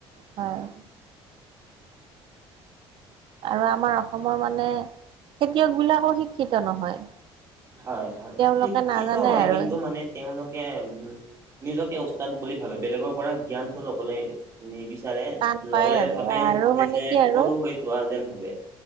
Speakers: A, on the right; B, on the right.
A: হয়। আৰু আমাৰ অসমৰ মানে খেতিয়কবিলাকো শিক্ষিত নহয়।
B: হয়- হয়
A: তেওঁলোকে
B: শিক্ষিত
A: নাজানে
B: হয়
A: আৰু
B: কিন্তু মানে তেওঁলোকে উম, নিজকে উস্তাদ বুলি ভাবে বেলেগৰ পৰা জ্ঞানটো লবলে নিবিচাৰে
A: টান পায়
B: ল'লে
A: আৰু
B: ভাবে
A: আৰু
B: নিজে
A: মানে কি আৰু
B: সৰু হৈ যোৱা যেন ভাবে।